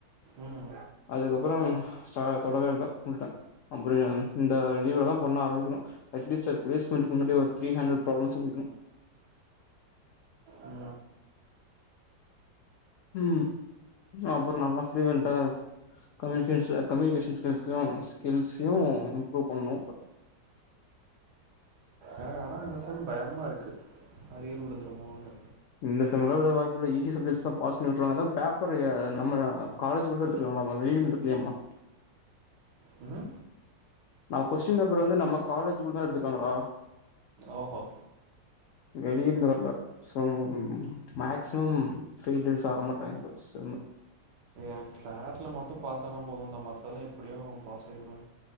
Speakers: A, on the right; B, on the left.
A: ம்
B: அதுக்கப்புறோ ஆ தொடவே இல்ல உட்டுட்டே அப்புற இந்த லீவுல தா பண்ண ஆரம்பிக்கணு அட்லீஸ்ட் ஒரு ப்ளேஸ்மென்டுக்கு முன்னாடி ஒரு த்ரீ ஹன்ரட் ப்ராப்ளம்ஸ முடிக்கனு
A: உ உ
B: உ அப்புற நல்லா ஃப்ளுவென்ட்டா கம்யூனிகேஷஸ் கம்யனிகேஷன் ஸ்கில்கலு ஸ்கில்ஸையு இம்ப்ரூவ் பண்ணணு
A: ஆனா ஆனா இந்த செம் பயமா இருக்கு அரியர் விழுந்துருமோனு
B: இந்த செம்லாவிட வாய்ப்பில்ல ஈசி சப்ஜெக்ட்ஸ்லா பாஸ் பன்னி விட்ருவாங்கதா பேப்பர் நம்ம காலேஜ் குள்ள எடுத்துருக்காங்களாமா வெளியனு எடுக்கலயாமா
A: உ
B: நம்ம கொஸ்டின் பேப்பர் வந்து நம்ம காலேஜ் குள்ள தா எடுத்துக்காங்களா
A: ஓஹோ
B: வெளியந்து வரல சோ மாக்சிமம் <unintelligible> ஆகமாட்டாங்க <unintelligible> செம்மு
A: என பிளாட்ல மட்டு பாஸ் ஆனா போது இந்த மாசல்லா எப்டியோ அவ பாஸ் ஆய்டுவே